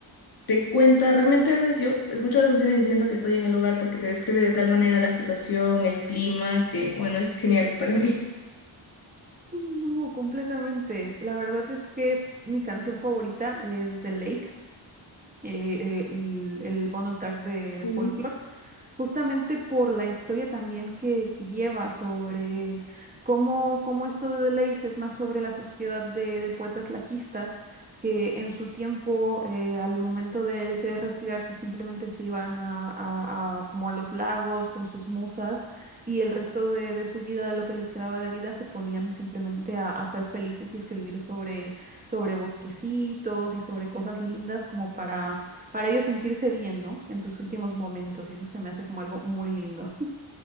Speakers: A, on the left; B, on the right.
A: te cuenta, realmente a veces yo escucho las canciones y siento que estoy en el lugar porque te describe de tal manera la situación, el clima, que bueno, es genial para mí.
B: Sí, no, completamente. La verdad es que mi canción favorita es The Lakes, eh, el, el bonus track de, de
A: Sí.
B: Folklore. justamente por la historia también que, que lleva sobre cómo, cómo esto de Deleuze es más sobre la sociedad de, de poetas laquistas que en su tiempo, eh, al momento de, de querer retirarse, simplemente se iban a, a- a como a los lagos con sus musas y el resto de, de su vida, de lo que les quedaba de vida, se ponían simplemente a, a ser felices y escribir sobre, sobre bosquecitos y sobre cosas lindas como para para ellos sentirse bien, ¿no? En sus últimos momentos, y eso se me hace como algo muy lindo. <laughs>